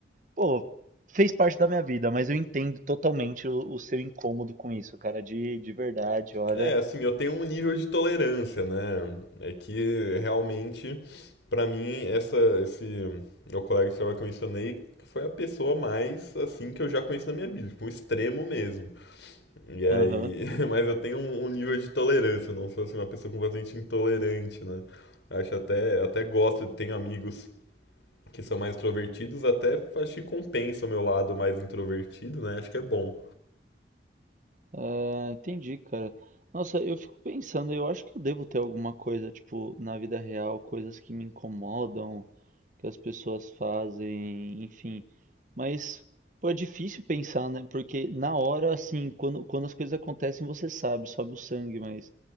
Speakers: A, on the right; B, on the left.
A: pô, fez parte da minha vida, mas eu entendo totalmente o, o seu incômodo com isso, cara, de, de verdade, olha.
B: É, assim, eu tenho um nível de tolerância, né? É que realmente, pra mim, essa, esse meu colega de trabalho que eu mencionei foi a pessoa mais, assim, que eu já conheço na minha vida, tipo, um extremo mesmo. E aí,
A: Aham.
B: <laughs> mas eu tenho um, um nível de tolerância, eu não sou, assim, uma pessoa completamente intolerante, né? Acho até, até gosto, tenho amigos que são mais extrovertidos, até acho que compensa o meu lado mais introvertido, né? Acho que é bom.
A: Ah, entendi, cara. Nossa, eu fico pensando, eu acho que eu devo ter alguma coisa, tipo, na vida real, coisas que me incomodam que as pessoas fazem, enfim. Mas, pô, é difícil pensar, né? Porque na hora, assim, quando, quando as coisas acontecem, você sabe, sobe o sangue, mas,